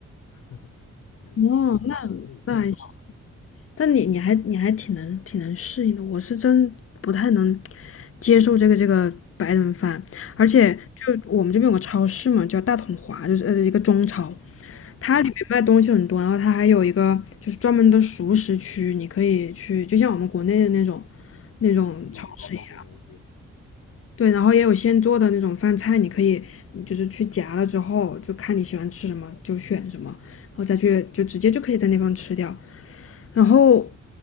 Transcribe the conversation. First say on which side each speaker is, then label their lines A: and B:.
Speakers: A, on the left (about 85°); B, on the left (about 50°).
A: <laughs> 然后就是还可以，
B: 哦，那那还行。
A: 对，
B: 但你你还你还挺能挺能适应的，我是真不太能接受这个这个白人饭，
A: 哦
B: 而且就我们这边有个超市嘛，叫大统华，就是呃一个中超，
A: 哦，
B: 它里面卖东西很多，然后它还有一个就是专门的熟食区，你可以去，就像我们国内的那种那种超市一样。
A: 卤卤的那些东西是吗？
B: 对，然后也有现做的那种饭菜，你可以就是去夹了之后，就看你喜欢吃什么就选什么，然后再去就直接就可以在那方吃掉。然后
A: 哦